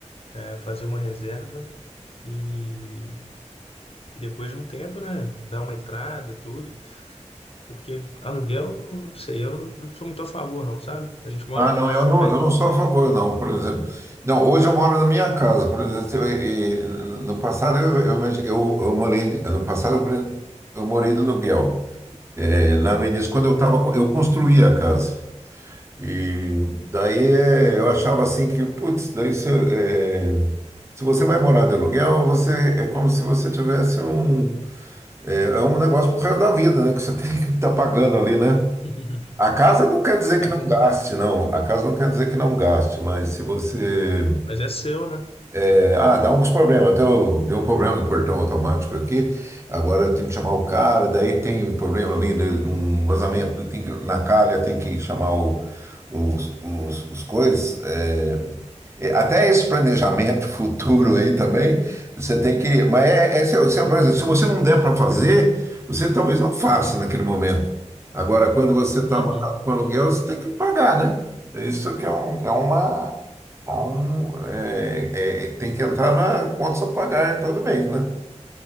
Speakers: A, on the left (about 55°); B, on the right (about 20°).
A: é, fazer uma reserva e, e depois de um tempo, né? Dar uma entrada, tudo. Porque aluguel, não sei, eu não, não sou muito a favor, não, sabe? A gente mora
B: Ah,
A: com
B: não,
A: os nossos
B: eu não,
A: pais.
B: eu não sou a favor, não, por exemplo. Não, hoje eu moro na minha casa, por exemplo, eu- e- no passado eu, eu, imagi- eu, eu morei, no passado eu, pre- eu morei de aluguel. É, Lá no início, quando eu tava, co- eu construía a casa. E daí é, eu achava assim que, putz, daí se, é, se você vai morar de aluguel, você é como se você tivesse um, é, é um negócio pro resto da vida, né? Que você <laughs> tem que estar pagando ali, né?
A: <laughs>
B: A casa não quer dizer
A: Tá
B: que não gaste, não. A casa não quer dizer que não gaste, mas se você.
A: Mas é seu, né?
B: é, ah, dá alguns problemas. Tem o, tem um problema do portão automático aqui, agora tem que chamar o cara, daí tem um problema ali de, de um vazamento, tem que, na calha tem que chamar o- os, os, os coisas. é, e Até esse planejamento futuro aí também, você tem que. Mas é, é seu, seu, por exemplo, se você não der para fazer, você talvez não faça naquele momento. Agora, quando você está
A: Uhum.
B: amarrado com aluguel, você tem que pagar, né? Isso que é, um, é uma. é um, é- é- tem que entrar na contas a pagar em todo mês, né?